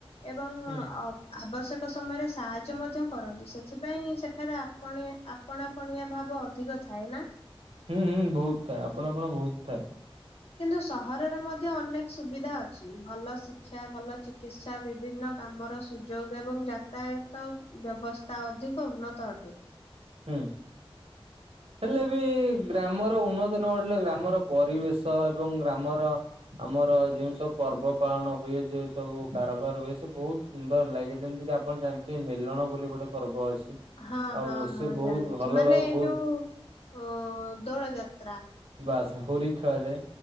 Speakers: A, on the left (about 85°); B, on the right (about 80°).
A: ଏବଂ
B: ହୁଁ
A: ଅବ୍ ଆବଶ୍ୟକ ସମୟରେ ସାହାଯ୍ୟ ମଧ୍ୟ କରନ୍ତି ସେଥିପାଇଁ ସେଠାରେ ଆପଣିଅ ଆ ପଣା ପଣିଆ ଭାବ ଅଧିକ ଥାଏ ନା।
B: ହୁଁ ହୁଁ ବୋହୁତ ଥାଏ ଆପଣା ପଣ ବୋହୁତ ଥାଏ।
A: କିନ୍ତୁ ସହରରେ ମଧ୍ୟ ଅନେକ ସୁବିଧା ଅଛି ଭଲ ଶିକ୍ଷା ଭଲ ଚିକିତ୍ସା ବିଭିନ୍ନ କାମର ସୁଯୋଗ ଏବଂ ଜା ତାୟତ ବ୍ୟବସ୍ଥା ଅଧିକ ଉନ୍ନତ ଅଟେ।
B: ହୁଁ। ହେଲେ ବି ଗ୍ରାମର ଉନ୍ନତ ନ ଘଡିଲେ ଗ୍ରାମର ପରିବେଶ ଏବଂ ଗ୍ରାମର ଆମର ଯେଉଁ ସବୁ ପର୍ବ ପାଳନ ହୁଏ ଯେଉଁ ସବୁ କାରବାର ହୁଏ ସେ ବୋହୁତ ସୁନ୍ଦର ଲାଗେ ଯେମିତି କି ଆପଣ ଜାଣିଥିବେ ମେଲଣ ବୋଲି ଗୋଟେ ପର୍ବ ଅଛି।
A: ହଁ
B: ଆଉ
A: ହଁ ହଁ
B: ସେ ବହୁତ
A: ଜାଣିଚି
B: ଭଲ
A: ମାନେ
B: ବା ହୁଏ
A: ଯୋଉ ଉଁ ଦୋଳୋ ଯାତ୍ରା।
B: ବାସ୍ ହୋରି ଖେଳା ଯାଏ